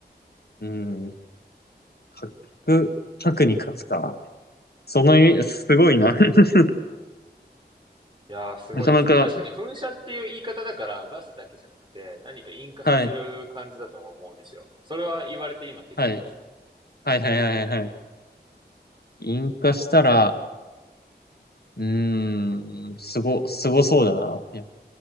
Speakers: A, on the left (about 65°); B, on the right (about 25°).
A: うん。核、核に勝つか。その意味、すごいな。<laughs>
B: いやー、すごいですよね。
A: なかなか、
B: 確かに噴射っていう言い方だから、ガスだけじゃなくて、何か引火させる感じだとは思うんですよ。
A: はい。
B: それは言われて今気づきました。
A: はい。はいはいはいはい。はい引火したら、うーん、すご、すごそうだな。いや、